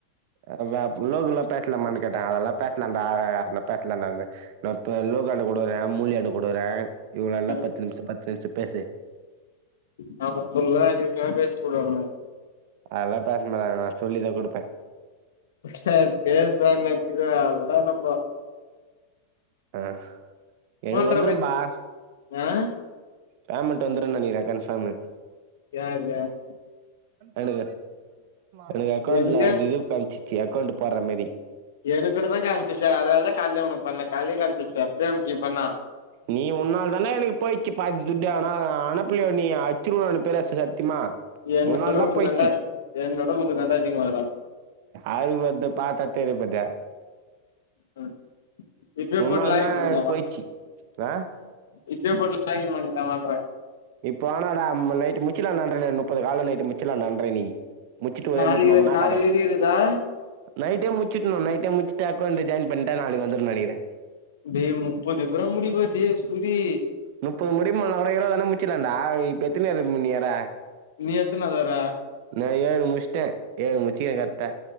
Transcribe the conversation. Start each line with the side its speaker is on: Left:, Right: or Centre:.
Right: ஆ வே உள்ளதுல்லாம் பேசலாமானு கேட்டாங்க அதெல்லாம் பேசலாம்ட பேசலாம்டின்னு நான் இப்ப லோகாண்ட கொடுகறேன் முரலியாண்ட கொடுறேன் இவள எல்லாம்
Left: ம்
Right: பத்து நிமிஷம் பத்து நிமிஷம் பேசு
Left: நாம்ம சொன்னா இருக்கு பேசிட்டு பேய்டுவானுங்க
Right: அதெல்லாம் பேச மாட்டாங்க நான் சொல்லிதான் குடுப்ப
Left: சேர் பேசலா நெனச்சுகோ அவ்ள்தா நம்ப
Right: ஆ எனுக்கு
Left: ஃபோன்ற
Right: வந்து
Left: போய்
Right: ரொம்ப ஆ
Left: ஆ
Right: பேமெண்ட் வந்துருன்னு நெனக்கிறேன் கன்ஃபாமு
Left: யார் யார்
Right: என என் அக்கௌண்ட்ல
Left: எனக்கா
Right: அதிகம் காம்சிச்சு அக்கௌண்ட் போட்ற மாரி
Left: எனக்கூட தான் காம்ச்சிசு அதனால தான் காலிலே ஒனக்கு பண்ணே காலில காம்சிச்சு பிரேம்ஜி பண்ணா
Right: நீ உன்னாள் தானே எனக்கு போயிச்சு பாதி துட்டு ஆனா அனப்பளை நீ அச்சிருவம்னு பேரரசு சத்தியமா
Left: என்னோட
Right: உன்னால் தான்
Left: உங்கள்க்கு
Right: போயிடுச்சு
Left: தாண்டா என்னோட உங்கள்க்கு தாண்டா அதிகமா வரும்
Right: அதுவந்து பார்த்தா தெரியப்போது
Left: ம் இப்பயே
Right: உன்னால்தான்
Left: போட்டு லாகின் பண்ணிக்கலாமா
Right: போய்ச்சு ஆ
Left: இப்பயே போட்டு லாகிங் பண்ணிலாமாங்கற
Right: இப்ப வானான்டா நைட் முச்சிலாம் நன்றறேன் முப்பது கால நைட் முச்சலாம் நான்றேன் இன்னிக்கி முச்சிட்டு ஒரே
Left: நாளைக்கு
Right: மூட்டமா <unintelligible>
Left: நாளைக்கு வரையு இருக்குதா
Right: நைட்டே முச்சட்ணு நைட்டே முச்சுட்டு அக்கௌன்ட் ஜாய்ன் பண்ட்டா நாளைக்கு வந்துடு நெனக்கிறே
Left: டேய் முப்பது எப்புரா முடிப டே சூரி
Right: முப்பது முடியு கூட இருபதுனா முச்சிடலண்டா இப்போ எத்தனாவது நீ வர
Left: நீ எத்தனாது வர
Right: நா ஏழு முஷ்ட்டே ஏழு முச்சிக்கிறே கரக்ட்டா